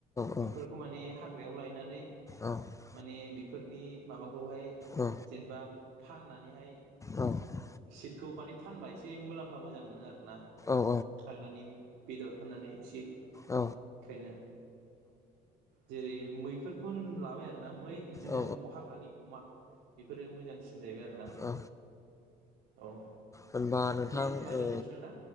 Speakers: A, on the left; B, on the right.
A: औ
B: बिफोरखौ माने हा ग्रायाव लायनानै
A: औ
B: माने बिफोरनि माबाखौहाय
A: औ
B: जेनबा फानना नैहाय
A: औ
B: सिटखौ माने फानबा एसे मुलाम्फा मोजां मोनो आरोना।
A: औ
B: हाग्रानि बेदर होननानै एसे
A: औ
B: खायनो जेरै मैफोरखौ लाबाय आरो। ना मै इदिनो
A: औ
B: अ हाग्रानि अमा। बेफोरो मोजांसि जाहैबाय आरोना।
A: औ
B: औ।
A: होनबा नोंथां
B: दे होमबा दोनथ'सैदां
A: ओ
B: ना